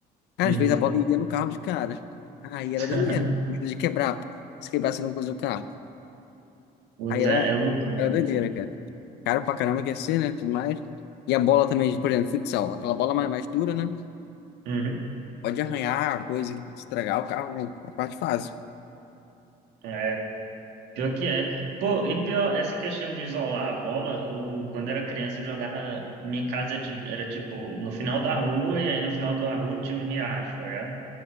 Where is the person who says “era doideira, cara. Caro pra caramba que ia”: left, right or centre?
Left